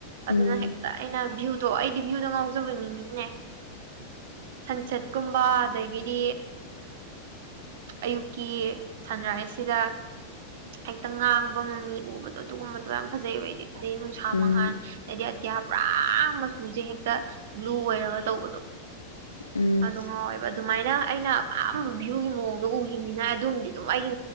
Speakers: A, on the right (about 55°); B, on the left (about 80°).
A: ꯑꯗꯨꯅ
B: ꯎꯝ
A: ꯍꯦꯛꯇ ꯑꯩꯅ ꯚꯌꯨ ꯑꯗꯣ ꯑꯩꯗꯤ ꯚ꯭ꯌꯨꯗ ꯉꯥꯎꯖꯕꯅꯤꯅꯤꯅꯦ ꯁꯟꯁꯦꯠꯀꯨꯝꯕ ꯑꯗꯒꯤꯗꯤ ꯑꯌꯨꯛꯀꯤ ꯁꯟꯔꯥꯏꯖꯁꯤꯗ ꯍꯦꯛꯇ ꯉꯥꯡꯕ ꯃꯝꯃꯤ ꯎꯕꯗꯣ ꯑꯗꯨꯒꯨꯝꯕꯗꯣ ꯌꯥꯝ ꯐꯖꯩꯕ ꯑꯩꯗꯤ ꯑꯗꯩ ꯅꯨꯡꯁꯥ
B: ꯎꯝ
A: ꯃꯉꯥꯟ ꯑꯗꯩꯗꯤ ꯑꯇꯤꯌꯥ ꯄꯨꯔꯥ ꯆꯨꯁꯦ ꯍꯦꯛꯇ ꯕ꯭ꯂꯨ ꯑꯣꯏꯔꯒ ꯇꯧꯕꯗꯣ
B: ꯎꯝ
A: ꯑꯗꯨ ꯉꯥꯏꯥꯏꯕ ꯑꯗꯨꯃꯥꯏꯅ ꯑꯩꯅ ꯑꯄꯥꯝꯕ ꯚꯤꯌꯨꯒꯤ ꯃꯑꯣꯡꯗꯣ ꯎꯈꯤꯕꯅꯤꯅ ꯑꯗꯨꯝꯗꯤ ꯑꯗꯨꯝ ꯑꯩꯒꯤ